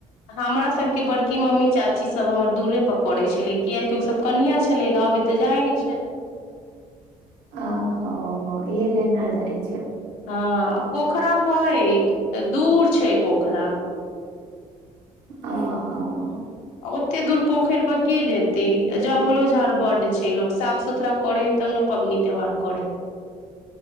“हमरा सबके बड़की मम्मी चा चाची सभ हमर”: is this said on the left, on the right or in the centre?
Left